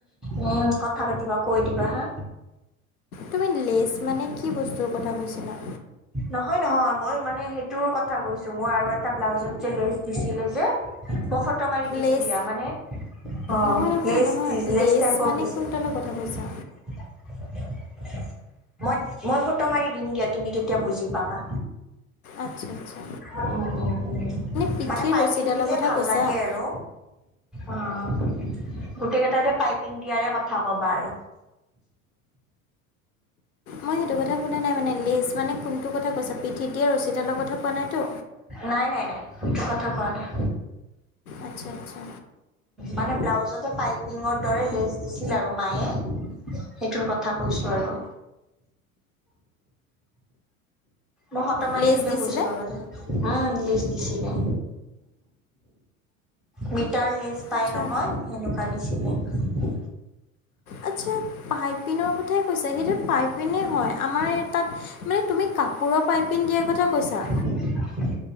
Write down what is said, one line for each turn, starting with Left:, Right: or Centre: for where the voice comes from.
Centre: উম, কথা পাতিবা কৈ দিবা হা।
Left: তুমি লেছ মানে কি বস্তুৰ কথা কৈছিলা?
Centre: নহয়, নহয় মই মানে সেইটোৰ কথা কৈছোঁ মই আৰু এটা ব্লাউজত যে লেজ দিছিলে যে মই ফটো মাৰি দিম
Left: লেছ
Centre: দিয়া, মানে অ,
Left: নহয় নহয়
Centre: লেছ
Left: নহয়
Centre: দি লেছ টাইপৰ
Left: মানে
Centre: দিছে।
Left: কোনডালৰ কথা
Centre: <unintelligible>
Left: কৈছা
Centre: মই-মই ফটো মাৰি দিম দিয়া তুমি তিয়া বুজি পাবা।
Left: আচ্ছা, আচ্ছা।
Centre: <unintelligible>
Left: পিঠিৰ
Centre: মানে পাইপিং
Left: ৰছীডালৰ
Centre: দিলে
Left: কথা
Centre: ভাল
Left: কৈছা
Centre: লাগে আৰু। অ', গোটেই কেইটাতে পাইপিং দিয়াৰে কথা ক'বা আৰু।
Left: মই সেইটো কথা সোধা নাই মানে, লেজ মানে কোনটো কথা কৈছা? পিঠিত দিয় আৰু ৰচী দালৰ কথা কোৱা নাইতো?
Centre: নাই, নাই, নাই, সেইটো কথা কোৱা নাই।
Left: আচ্ছা, আচ্ছা।
Centre: মানে ব্লাউজতে পাইপিঙৰ দৰে লেজ দিছিল আৰু মায়ে। সেইটোৰ কথা কৈছোঁ আৰু। মই ফটো মাৰি
Left: লেজ
Centre: দিলে
Left: দিছিলে
Centre: বুজি পাবা দিয়া। আ, ইংলিচ দিছিলে। মিটাৰ লেছ পাই
Left: আচ্ছা
Centre: নহয় সেনেকুৱা দিছিলে।
Left: আচ্ছা, পাইপিনৰ কথাই কৈছা সেইটোত পাইপিনে হয়, আমাৰ তাত, মানে তুমি কাপোৰৰ পাইপিং দিয়াৰ কথা কৈছা?
Centre: <inaudible>